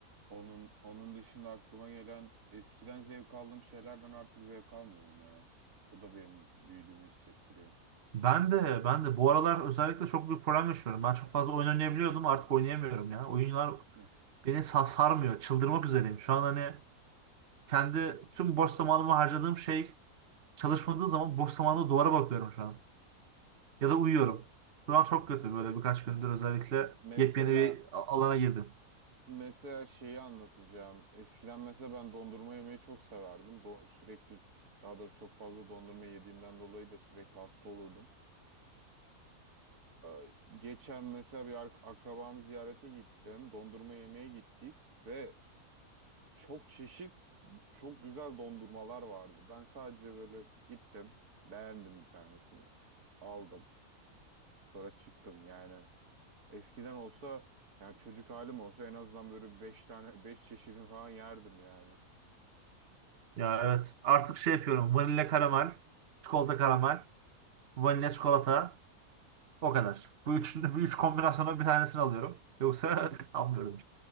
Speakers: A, on the right (about 80°); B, on the right (about 45°).
A: Onun onun dışında aklıma gelen eskiden zevk aldığım şeylerden artık zevk almıyorum ya. Bu da benim büyüdüğümü hissettiriyor.
B: Ben de ben de bu aralar özellikle çok büyük problem yaşıyorum. Ben çok fazla oyun oynayabiliyordum artık oynayamıyorum ya. Oyunlar
A: <laughs>
B: beni sa- sarmıyor. Çıldırmak üzereyim. Şu an hani kendi tüm boş zamanımı harcadığım şey çalışmadığı zaman boş zamanımda duvara bakıyorum şu an. Ya da uyuyorum. Şu an çok kötü böyle birkaç gündür özellikle
A: Mesela
B: yepyeni bir a- alana girdim.
A: Mesela şeyi anlatacağım. Eskiden mesela ben dondurma yemeyi çok severdim. Do- sürekli daha doğrusu çok fazla dondurma yediğimden dolayı da sürekli hasta olurdum. Ee, geçen mesela bir ak- akrabam ziyarete gittim. Dondurma yemeye gittik ve çok çeşit çok güzel dondurmalar vardı. Ben sadece böyle gittim, beğendim bir tanesini, aldım. Sonra çıktım yani. Eskiden olsa yani çocuk halim olsa en azından böyle beş tane beş çeşidini falan yerdim yani.
B: Ya evet artık şey yapıyorum. Vanilya karamel, çikolata karamel, vanilya çikolata o kadar. Bu üç, bu üç kombinasyona bir tanesini alıyorum. Yoksa <laughs> almıyorum.